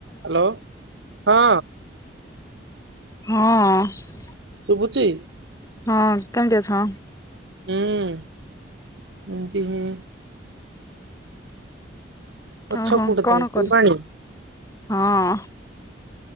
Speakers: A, on the right; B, on the left.
A: Hello. ହଁ।
B: ହଁ।
A: ଶୁଭୁଛି?
B: ହଁ। କେମିତି ଅଛ?
A: ହୁଁ। ଏମିତି ହେ
B: ହଁ
A: ଅଛ
B: ହଁ
A: କୋଉଠି
B: କଣ
A: ତମେ
B: କର
A: ଫୁଲବାଣୀ
B: ହଁ।